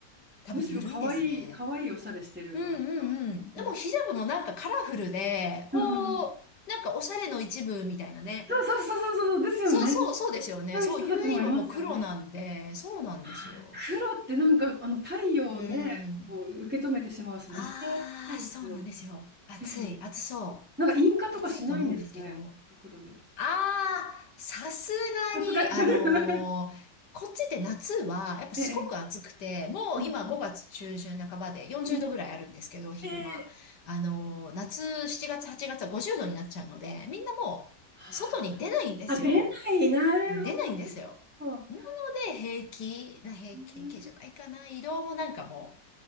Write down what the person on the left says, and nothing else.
多分緩いですね。
うんうんうん。でもヒジャブもなんかカラフルで、
こう、なんかおしゃれの一部みたいなね。
そうそうそうですよね。
そう、u イーはもう黒なんで、そうなんですよ。
うん。
あー、
そうなんですよ。暑い、
暑そ
う。暑いと思うんですけど。
ああ、さすがに、
あのーこっちで夏は、
やっぱすごく暑くて、
もう今5月中旬半ばで40度ぐらいあるんですけど、
昼間。
あのー夏7月8月は50度になっちゃうので、みんなもう外に出ないんですよ。
うん出ないんですよ。
なので、平気、な、平気、
平気じゃないかな。移動もなんかも